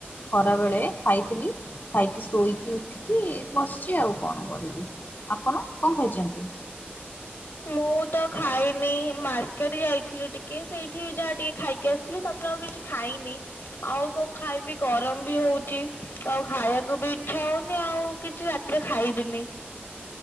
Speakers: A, on the left (about 50°); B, on the left (about 80°).
A: ଖରା ବେଳେ ଖାଇଥିଲି ଖାଇକି ଶୋଇକି ଉଠିକି ବସିଛି ଆଉ କଣ କରିବି। ଆପଣ କଣ ଖାଇଛନ୍ତି?
B: ମୁଁ ତ ଖାଇନି ମାର୍କେଟ ଯାଇଥିଲି ଟିକେ ସେଇଠି ଯାହା ଟିକେ ଖାଇକି ଆସିି ଥିଲି ତାପରେ ଆଉ କିଛି ଖାଇନି। ଆଉ କଣ ଖାଇବି ଗରମ ବି ହଉଚି ଆଉ ଖାଇଆକୁ ବି ଇଛା ହଉନି ଆଉ କିଛି ରା ତିରେ ଖାଇବିନି।